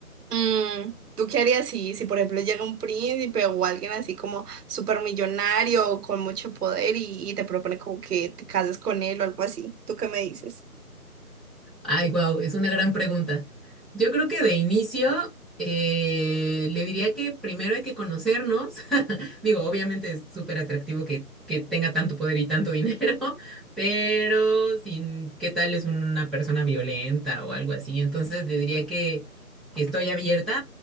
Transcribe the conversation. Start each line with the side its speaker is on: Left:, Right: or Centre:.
Right: mm, ¿tú qué harías si, si por ejemplo llega un príncipe o alguien así como súper millonario o con mucho poder y, y te propone como que te cases con él o algo así? ¿Tú qué me dices?
Centre: Ay, wow, es una gran pregunta. Yo creo que de inicio eh, le diría que primero hay que conocernos. <laughs> Digo, obviamente es súper atractivo que, que tenga tanto poder y tanto dinero, <laughs> pero sin qué tal es una persona violenta o algo así. Entonces le diría que, que estoy abierta